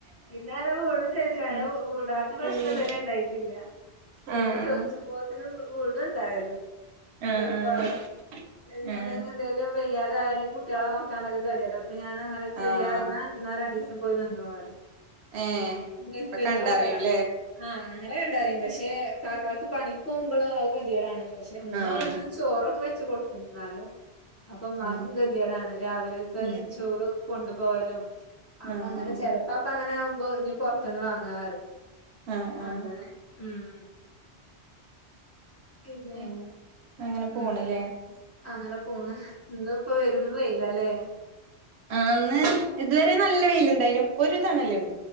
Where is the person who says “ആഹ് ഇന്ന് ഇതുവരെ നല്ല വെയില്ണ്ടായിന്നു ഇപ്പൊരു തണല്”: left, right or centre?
Right